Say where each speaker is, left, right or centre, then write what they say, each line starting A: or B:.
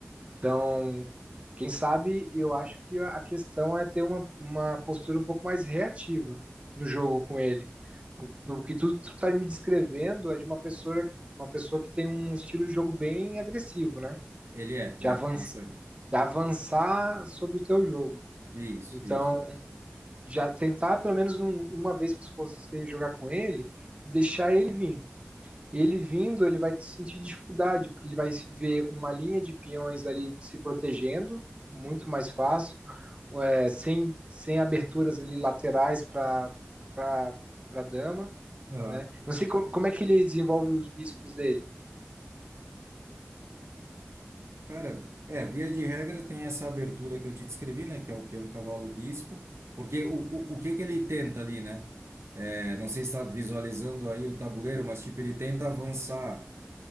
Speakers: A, on the right; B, on the right.
A: Então, quem sabe, eu acho que a questão é ter uma, uma postura um pouco mais reativa no jogo com ele. O que tu, tu tá me descrevendo é de uma pessoa, uma pessoa que tem um estilo de jogo bem agressivo, né?
B: Ele é,
A: De
B: é,
A: avançar,
B: bastante.
A: de avançar sobre o teu jogo.
B: Isso,
A: Então,
B: isso.
A: já tentar pelo menos um- uma vez que você jogar com ele, deixar ele vir ele vindo, ele vai sentir dificuldade, porque ele vai ver uma linha de peões ali se protegendo, muito mais fácil, é, sem, sem aberturas ali laterais para a dama.
B: Aham.
A: Né? Não sei como, como é que ele desenvolve os bispos dele.
B: Cara, é, via de regra tem essa abertura que eu te descrevi, né? Que é o peão, cavalo, bispo. Porque o, o, o que que ele tenta ali, né? É, não sei se está visualizando aí o tabuleiro, mas tipo, ele tenta avançar